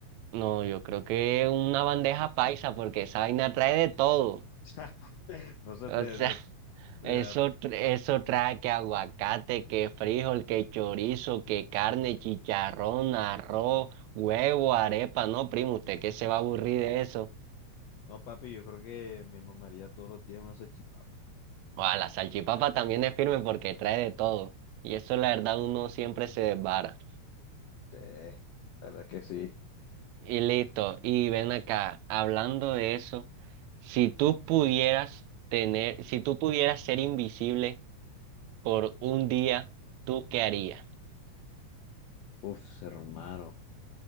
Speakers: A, on the right; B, on the left.
A: No, yo creo que una bandeja paisa, porque esa vaina trae de todo.
B: <laughs> No sé,
A: O
B: te,
A: sea,
B: te-
A: <laughs>
B: eh,
A: eso, tr- eso trae que aguacate, que frijol, que chorizo, que carne, chicharrón, arroz, huevo, arepa. No, primo, ¿usted qué se va a aburrir de eso?
B: no, papi, yo creo que me mamaría todos los días una salchipapa.
A: Ah, la salchipapa también es firme porque trae de todo. Y eso, la verdad, uno siempre se desvara.
B: Eh, la verdad que sí.
A: Y listo. Y ven acá, hablando de eso, si tú pudieras tener, si tú pudieras ser invisible por un día, ¿tú qué harías?
B: Uf, hermano.